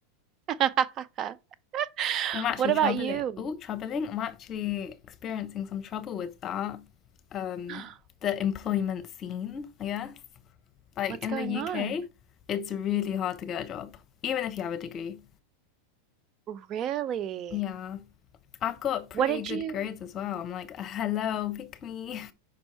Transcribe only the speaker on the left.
I'm actually
troubling.
Oh, troubling. I'm actually experiencing some trouble with that. Um,
the employment scene, I guess. Like
in
the UK,
it's really hard to get a job, even if you have a degree.
Yeah. I've got pretty
good
grades as well. I'm like, hello, pick me.